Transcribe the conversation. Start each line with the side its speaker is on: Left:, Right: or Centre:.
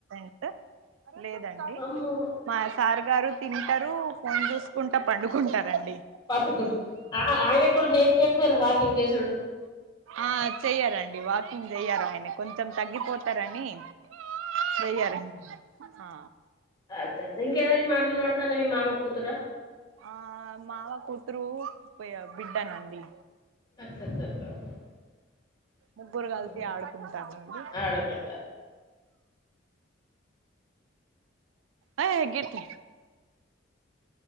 Right: డ్స్ లేదండి
Left: అమ్మో
Right: మా సార్ గారు తింటారు ఫోన్ చూసుకుంట పండుకుంటారండి
Left: పట్టుకుంటు అహ ఆయన కూడా నేర్పి యకపోయిర్రు వాకింగ్ చేసుడు
Right: ఆ చెయ్యారండి వాకింగ్ చెయ్యారయన కొంచెం తగ్గిపోతారని చేయ్యలీ అ
Left: అదదే ఇంకేవరి మటలు వినపడుతనై మీ మామ కూతుర
Right: ఆ మావ కూతురు ప్ బిడ్డ నండి
Left: అచ్చఅచ్చ అచ్చ అచ్చ
Right: ముగ్గురు కలిసి ఆడుకుంటారండి
Left: ఆడకుంట
Right: ఆ గతే